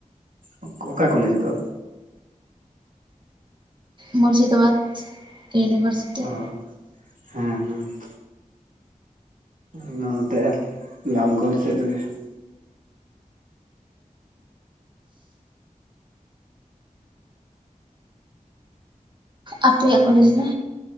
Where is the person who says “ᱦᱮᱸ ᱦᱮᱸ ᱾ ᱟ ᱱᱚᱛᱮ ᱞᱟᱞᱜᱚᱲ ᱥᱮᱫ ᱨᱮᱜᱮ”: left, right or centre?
Right